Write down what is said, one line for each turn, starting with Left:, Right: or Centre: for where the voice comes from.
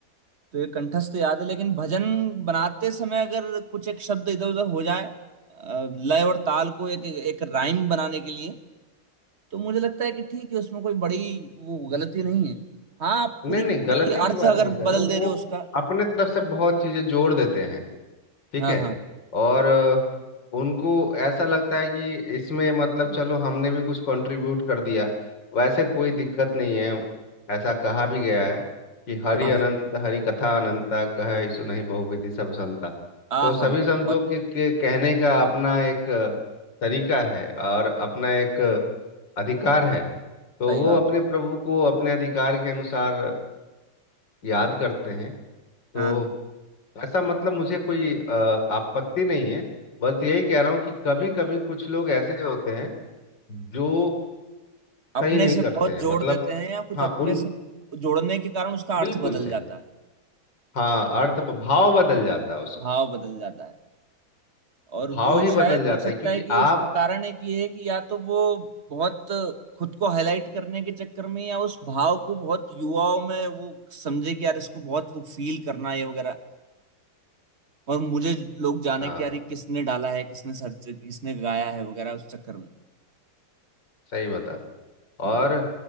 Right: तो ये कंठस्थ याद है लेकिन भजन बनाते समय अगर कुछ एक शब्द इधर उधर हो जाए अ, लय और ताल को एक एक राइम बनाने के लिए तो मुझे लगता है कि ठीक है उसमें कोई बड़ी वो गलती नहीं है हाँ आप
Left: नहीं
Right: पूरी
Left: नहीं
Right: की पूरी
Left: गलती
Right: अर्थ
Left: की बात
Right: अगर
Left: नहीं कर
Right: बदल
Left: रहा वो
Right: दे रहे हो उसका
Left: अपने तरफ से बहुत चीजें जोड़ देते हैं ठीक
Right: हाँ
Left: है
Right: हाँ
Left: और अ, उनको ऐसा लगता है कि इसमें मतलब
Right: <coughs>
Left: चलो हमने भी कुछ कंट्रीब्यूट कर दिया वैसे कोई दिक्कत नहीं है ऐसा कहा भी गया है कि हरि
Right: हाँ
Left: अनंत
Right: हाँ
Left: हरि कथा अनंता कहे सो नहीं बहुविधि सब संता
Right: हाँ
Left: तो सभी
Right: हाँ हाँ,
Left: संतों
Right: बहुत
Left: के, के कहने का अपना एक अ, तरीका है और अपना एक अ, अधिकार है तो
Right: सही
Left: वो
Right: बात
Left: अपने
Right: है।
Left: प्रभु को अपने अधिकार के अनुसार याद करते हैं तो
Right: हाँ हाँ
Left: ऐसा मतलब मुझे कोई अ, आपत्ति नहीं है बस यही कह रहा हूँ कि कभी कभी कुछ लोग ऐसे होते हैं जो
Right: अपने
Left: सही नहीं
Right: से
Left: करते
Right: बहुत
Left: हैं
Right: जोड़
Left: मतलब
Right: देते हैं या कुछ
Left: हाँ
Right: अपने
Left: उन
Right: से जोड़ने के कारण उसका
Left: बिल्कुल
Right: अर्थ बदल
Left: सही
Right: जाता है
Left: हाँ अर्थ भाव बदल जाता है उसका
Right: भाव बदल जाता है और
Left: भाव
Right: वो
Left: ही बदल
Right: शायद
Left: जाता
Right: हो सकता
Left: है क्योंकि
Right: है कि उसका
Left: आप
Right: कारण एक ये है कि या तो वो बहुत खुद को हाईलाइट करने के चक्कर में या उस भाव को बहुत युवाओं में वो समझे कि यार इसको बहुत वो फील करना है वगैरह और मुझे लोग जाने
Left: हाँ
Right: कि यार
Left: हाँ
Right: ये किसने डाला है किसने सर्च किसने गाया है वगैरह उस चक्कर में
Left: सही बता रहे हैं।
Right: हाँ,
Left: और